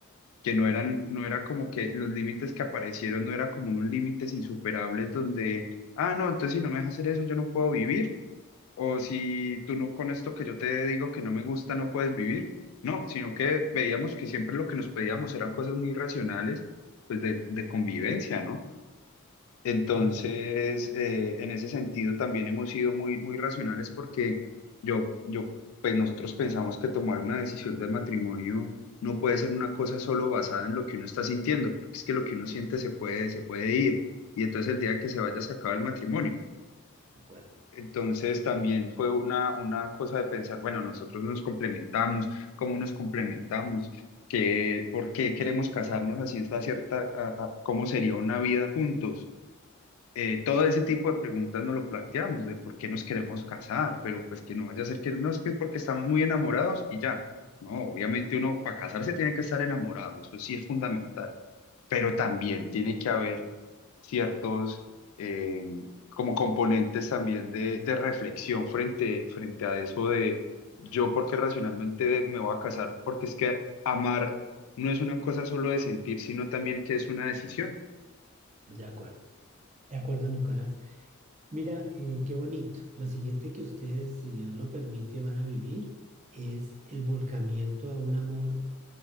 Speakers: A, on the left; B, on the right.
A: que no eran, no era como que los límites que aparecieron no eran como unos límites insuperables donde, ah, no, entonces si no me dejas hacer eso, yo no puedo vivir, o si tú no con esto que yo te digo que no me gusta, no puedes vivir. No, sino que veíamos que siempre lo que nos pedíamos eran cosas muy racionales, pues de, de convivencia, ¿no? Entonces,
B: De acuerdo,
A: eh, en ese sentido también hemos sido muy, muy racionales porque yo, yo, pues nosotros pensamos que tomar una decisión del matrimonio no puede ser una cosa solo basada en lo que uno está sintiendo, porque es que lo que uno siente se puede, se puede ir y entonces el día que se vaya se acaba el matrimonio.
B: de acuerdo,
A: Entonces también fue una, una cosa de pensar, bueno, nosotros nos complementamos, ¿cómo nos complementamos? ¿Qué, por qué queremos casarnos así esta cierta, a- a- cómo sería una vida juntos? eh, todo ese tipo de preguntas nos lo planteamos, de por qué nos queremos casar, pero pues que no vaya a ser que no es que es porque estamos muy enamorados y ya. No, obviamente uno para casarse tiene que estar enamorado, eso sí es fundamental, pero también tiene que haber ciertos eh, como componentes también de, de reflexión frente, frente a eso de yo porque racionalmente me voy a casar, porque es que amar no es una cosa solo de sentir, sino también que es una decisión.
B: de acuerdo. De acuerdo, Nicolás. Mira, eh, qué bonito. Lo siguiente que ustedes, si Dios lo permite, van a vivir es el volcamiento a un amor